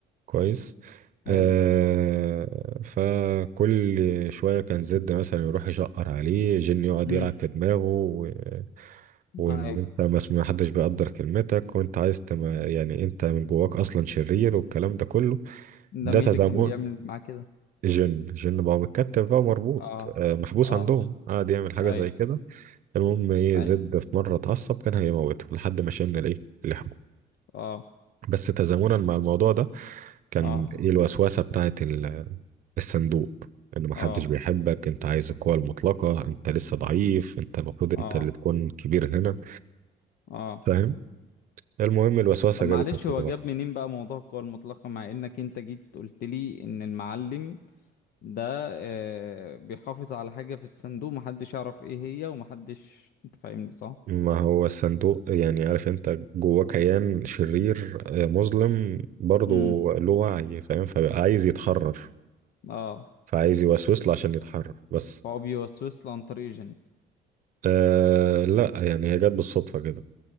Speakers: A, on the right (about 50°); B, on the left (about 65°).
A: كويس
B: حلو
A: آه فكل شوية كان زد مثلا يروح يشقر عليه جن يقعد
B: امم
A: يلعب في دماغه و... وان
B: ايوه
A: انت مس- ما حدش بيقدر كلمتك وانت عايز تم... يعني انت من جواك اصلا شرير والكلام ده كله
B: ده
A: ده
B: مين
A: تزامن
B: اللي كان بيعمل معاه كده
A: جن جن بقى متكتف بقى ومربوط
B: اه
A: آه محبوس
B: اه
A: عندهم قعد يعمل حاجة
B: ايوه
A: زي كده المهم ايه
B: ايوه
A: زد في مرة اتعصب كان هيموته لحد ما شن الايه لحمه
B: اه
A: بس تزامنا مع الموضوع ده كان
B: اه
A: ايه الوسوسة بتاعت الصندوق ان محدش
B: اه
A: بيحبك انت عايز القوة المطلقة انت لسه ضعيف انت المفروض
B: اه
A: انت اللي تكون كبير هنا
B: اه
A: فاهم المهم الوسوسة
B: طب معلش
A: جابت نتيجة
B: هو
A: برضه
B: جاب منين بقى موضوع القوى المطلقة مع انك انت جيت قلت لي ان المعلم ده آه، بيحافظ على حاجة في الصندوق محدش يعرف ايه هي ومحدش انت فاهمني صح؟
A: ما هو الصندوق يعني عارف انت جواه كيان شرير آه، مظلم برضه
B: امم
A: له وعي فاهم فبقى عايز يتحرر
B: اه
A: فعايز يوسوس له عشان يتحرر بس
B: هو بيوسوس له عن طريق جن
A: آه لا يعني هي جت بالصدفة كده